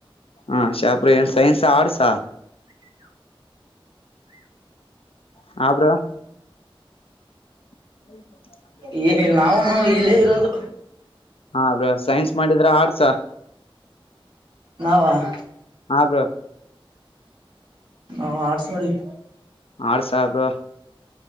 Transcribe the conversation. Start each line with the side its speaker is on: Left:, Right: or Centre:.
Left: ಹಾ ಶಾಪುರಗ ಏನ ಸೈನ್ಸಾ ಆರ್ಟ್ಸ್ ಹ ಬ್ರೋ ಹ್ಮ್
Right: ಏ ನಾವುನ ಹಾ ಇಲ್ಲೇ ಇರೋದು
Left: ಹ ಬ್ರೋ ಸೈನ್ಸ್ ಮಾಡಿದ್ರ ಅರ್ಟ್ಸ್
Right: ನಾವ್ ಹ
Left: ಹ ಬ್ರೋ
Right: ನಾವ ಆರ್ಟ್ಸ್ ಮಾಡಿವಿ
Left: ಆರ್ಟ್ಸ್ ಹ ಬ್ರೋ